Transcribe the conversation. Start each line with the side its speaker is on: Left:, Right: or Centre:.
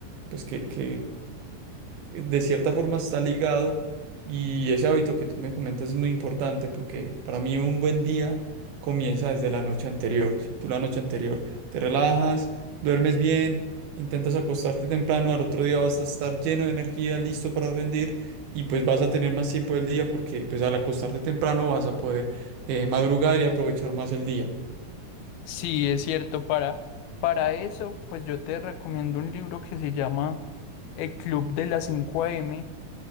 Right: pues que, que, eh, de cierta forma está ligado y ese hábito que tú me comentas es muy importante porque para mí un buen día comienza desde la noche anterior. Si tú la noche anterior te relajas, duermes bien, intentas acostarte temprano, al otro día vas a estar lleno de energía, listo para rendir y pues vas a tener más tiempo del día porque pues al acostarte temprano vas a poder eh, madrugar y aprovechar más el día.
Left: Sí, es cierto, para, para eso, pues yo te recomiendo un libro que se llama El Club de las 5 AM.